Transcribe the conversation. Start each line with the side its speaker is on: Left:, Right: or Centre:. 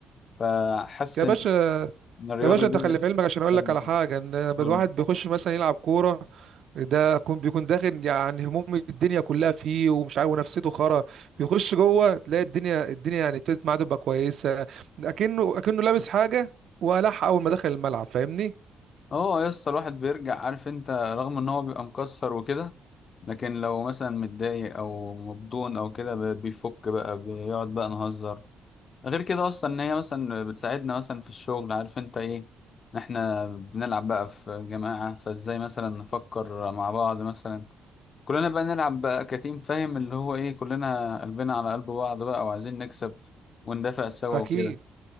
Left: فحاسس
Right: يا
Left: إن
Right: باشا
Left: إن الرياضة
Right: يا باشا
Left: دي
Right: انت خلي في علمك عشان اقول
Left: جامدة
Right: لك على حاجه ان الواحد
Left: قول.
Right: بيخش مثلا يلعب كوره ده يكون بيكون داخل يعني هموم الدنيا كلها فيه ومش عارف ونفسيته خرا بيخش جوه تلاقي الدنيا الدنيا يعني ابتدت معاه تبقى كويسه اكنه اكنه لابس حاجه وقلعها اول ما دخل الملعب فاهمني
Left: اه يا اسطى الواحد بيرجع عارف انت رغم ان هو بيبقى مكسر وكده لكن لو مثلا متضايق او مبدون او كده ب- بيفك بقى بيقعد بقى نهزر غير كده اصلا ان هي مثلا بتساعدنا مثلا في الشغل عارف انت ايه إن احنا بنلعب بقى في جماعة فازاي مثلا نفكر مع بعض مثلا كلنا بقى نلعب بقى كتيم فاهم اللي هو ايه كلنا قلبنا على قلب بعض بقى وعايزين نكسب وندافع سوا
Right: اكيد
Left: وكده